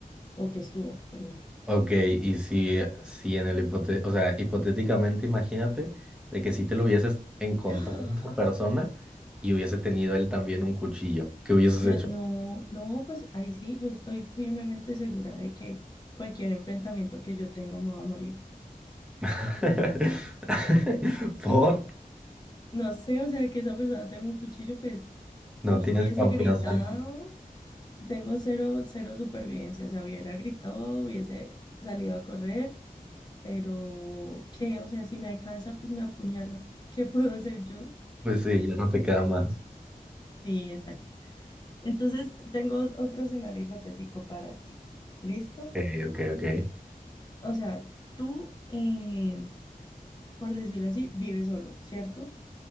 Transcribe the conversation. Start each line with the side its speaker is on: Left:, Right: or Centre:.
Left: o que estuvo, perdón.
Centre: Ok, y si, si en el hipote, o sea, hipotéticamente imagínate de que si te lo hubieses encontrado
Left: ¡Ah!
Centre: a esa persona y hubiese tenido él también un cuchillo, ¿qué hubieses
Left: Dios,
Centre: hecho?
Left: no, no, pues ahí sí, yo estoy firmemente segura de que cualquier enfrentamiento que yo tengo me va a morir.
Centre: <laughs> ¿Por?
Left: No sé, o sea, que esa persona tenga un cuchillo, pues,
Centre: No
Left: o yo
Centre: tienes
Left: hubiese
Centre: confianza
Left: gritado,
Centre: en ti.
Left: tengo cero, cero supervivencia, o sea, hubiera gritado, hubiese salido a correr pero ¿qué? O sea, si me alcanza, pues me apuñala. ¿Qué puedo hacer yo?
Centre: Pues sí, ya no te queda más.
Left: Sí, exacto. Entonces, tengo otro escenario hipotético para ti. ¿Listo?
Centre: Ok, ok, ok.
Left: O sea, tú, eh, por decirlo así, vives solo, ¿cierto?